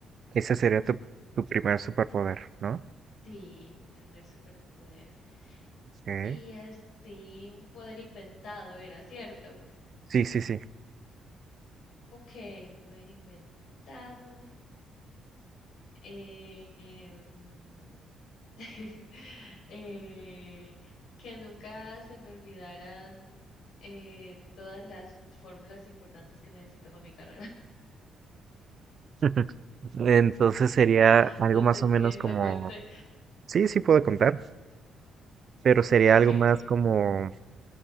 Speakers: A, on the right (about 50°); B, on the left (about 75°).
A: Ese sería tu, tu primer superpoder, ¿no?
B: Sí, mi primer superpoder.
A: Ok.
B: Y así, un poder inventado era, ¿cierto?
A: Sí, sí, sí.
B: Ok, un poder inventado. em, <laughs> eh, que nunca se me olvidaran eh, todas las fórmulas importantes que necesito para mi carrera.
A: <laughs> Entonces sería
B: <laughs>
A: algo
B: No
A: más
B: sé
A: o menos
B: si eso
A: como,
B: cuente.
A: sí, sí puedo contar, pero sería
B: Ok,
A: algo más
B: ok.
A: como